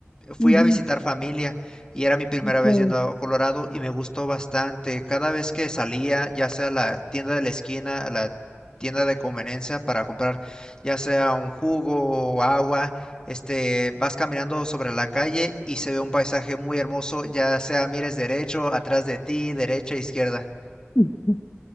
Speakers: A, on the left; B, on the left.
A: fui
B: ujú,
A: a visitar familia y era mi primera
B: ok.
A: vez yendo a Colorado y me gustó bastante. Cada vez que salía, ya sea a la tienda de la esquina, a la tienda de conveniencia para comprar ya sea un jugo o agua, este, vas caminando sobre la calle y se ve un paisaje muy hermoso, ya sea mires derecho, atrás de ti, derecha, izquierda.
B: <laughs>